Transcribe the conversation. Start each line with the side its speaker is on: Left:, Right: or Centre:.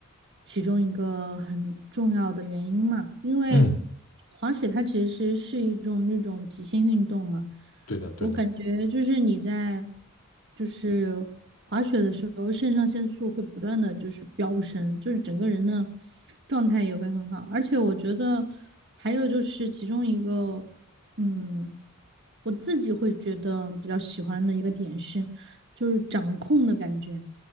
Right: 其中一个很重要的原因嘛，因为
Left: 嗯，
Right: 滑雪它其实是一种那种极限运动嘛，
Left: 对的，对的。
Right: 我感觉就是你在就是滑雪的时候，肾上腺素会不断的就是飙升，就是整个人的状态也会很好。而且我觉得还有就是其中一个，嗯，我自己会觉得比较喜欢的一个点是，就是掌控的感觉。